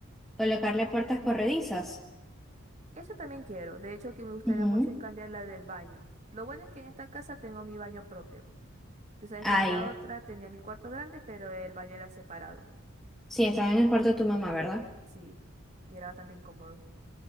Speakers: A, in the centre; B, on the right.
A: colocarle puertas corredizas.
B: Eso también quiero. De hecho, que me gustaría
A: Ujú.
B: mucho es cambiar la del baño. Lo bueno es que en esta casa tengo mi baño propio. Tú sabes
A: Ahí.
B: que en la otra tenía mi cuarto grande, pero el baño era separado.
A: Sí, estaba en el cuarto de tu mamá, ¿verdad?
B: Sí. Y era bastante incómodo.